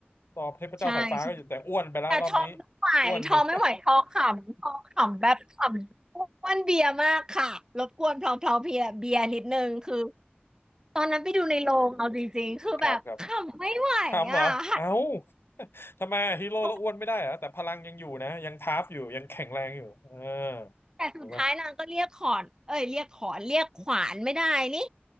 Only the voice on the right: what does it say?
ใช่ใช่แต่ทอมไม่ไหวทอมไม่ไหวทอขำทอขำแบบขำอ้วนเบียร์มากค่ะรบกวนเพลาเพลาเบียร์เบียร์นิดนึงคือ
ตอนนั้นไปดูในโรงเอาจริงๆ
คือแบบขำไม่ไหวอ่ะหัด
โพสแต่สุดท้ายนางก็เรียกขอนเอ้ยเรียกขอนเรียกขวานไม่ได้นี่